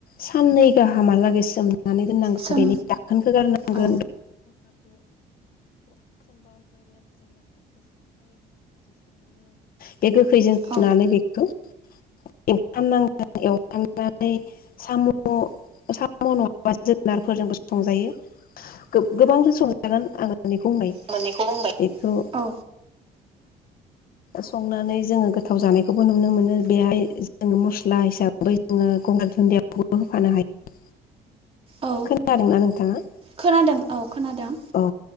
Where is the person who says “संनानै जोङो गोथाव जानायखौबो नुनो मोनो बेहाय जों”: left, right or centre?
Left